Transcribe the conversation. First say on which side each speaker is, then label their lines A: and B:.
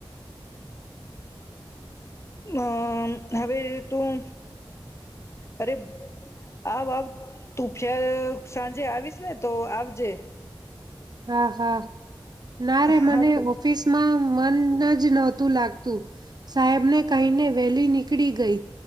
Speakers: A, on the left; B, on the right.
A: અમ હવે તું, અરે આવ આવ તું ફર સાંજે આવીશ ને તો આવજે.
B: હા હા. ના રે
A: હા
B: મને
A: તો
B: ઓફિસ માં મન જ નહોતું લાગતું, સાહેબ ને કહીને વેલી નીકળી ગઈ,